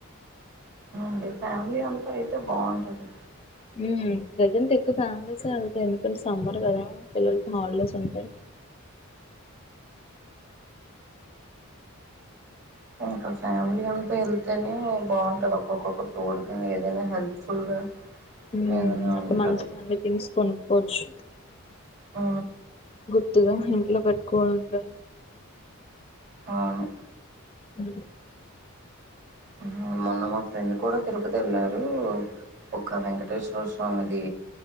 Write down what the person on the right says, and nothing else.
అంటే ఫ్యామిలీ అంతా అయితే బాగుంటుంది
ఒక ఫ్యామిలీ అంతా వెళ్తేనే బాగుంటుంది ఒక్కొక్కొక్కరు తోడ్గా ఏదైనా హెల్ప్ఫుల్గా <unintelligible>
ఏదైనా
ఉంటది
ఆ
అవును
ఆ మొన్న ఆ మా ఫ్రెండు కూడా తిరుపతి వెళ్లారు ఒక వెంకటేశ్వర స్వామిది